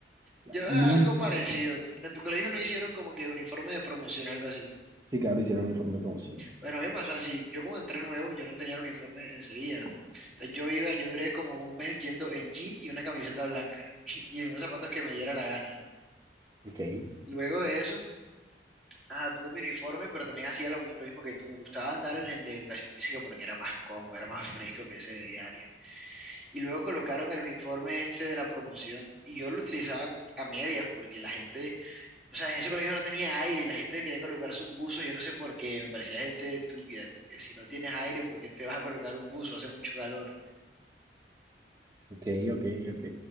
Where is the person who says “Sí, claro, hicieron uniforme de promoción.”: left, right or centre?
Right